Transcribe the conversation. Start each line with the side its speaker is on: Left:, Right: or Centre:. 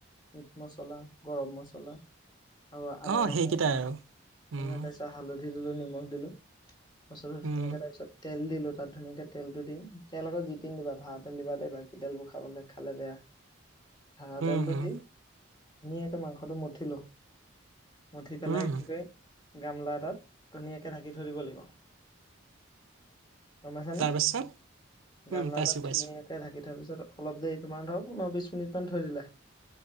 Left: মিট মচলা, গৰম মচলা। আৰু আদা,
Right: অঁ
Left: নহৰু,
Right: সেইকেইটাই আৰু উম
Left: এনে তাৰ পিছত হালধি দিলো, নিমখ দিলো। বস্তুটো
Right: উম
Left: ধুনীয়াকে তাৰপিছত তেল দিলো তাত ধুনীয়াকে তেলতো দিম, তেল আকৌ যিতি নিদিবা ভাল তেল দিবা দে, বাকী তেলবোৰ খাবলৈ খালে বেয়া। ভাল তেলটো
Right: উম উম
Left: দি ধুনীয়াকে মাংসটো মঠিলো। মঠি পেলাই
Right: উম
Left: কি কৰে গামলা এটাত ধুনিয়াকে থাক ধৰিব লাগিব। গম পাইছানে
Right: তাৰপাছত?
Left: গামলা
Right: উম পাইছো
Left: এটাত
Right: পাইছো
Left: ধুনীয়াকে ঢাকি থোৱাৰ পিছত অলপ দেৰি তিমানধৰ পোন্ধৰ বিশ তিনিটমান থৈ দিলে,